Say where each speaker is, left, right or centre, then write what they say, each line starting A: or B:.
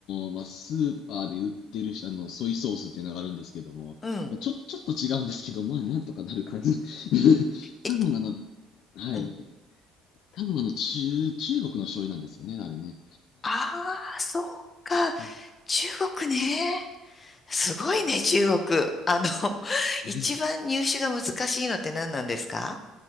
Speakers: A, on the left; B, on the left.
A: ーまあ、スーパーで売ってるあのソイソースっていうのがあるんですけども、
B: うん。
A: まあ、ちょ、ちょっと違うんですけど、まあ、なんとかなる感じ。<laughs>
B: え、
A: 多分あの、はい。
B: うん。
A: 多分あの、中、中国の醤油なんですよね、あれね。
B: ああ、そっか。
A: う
B: 中国ね。すごいね、中国。あの、<laughs>
A: ん
B: 一番入手が難しいのって何なんですか